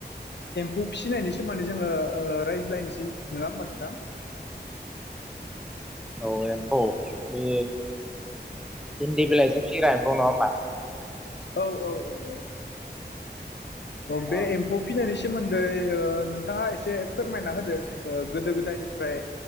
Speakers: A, on the left; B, in the centre.
A: एम्फौ फिसिनायनि सोमोन्दै जोंङो रायज्लायनोसै नङा होमबा नोंथां
B: औ एम्फौ बे इन्दि बिलाइजों फिग्रा एम्फौ नङा होमबा
A: औ औ औ औ अ बे
B: औ
A: एम्फौ फिनानै सोमोन्दै ओ नोंथाङा एसे फोरमायना होदो ओ गोदो-गोदायनिफ्राय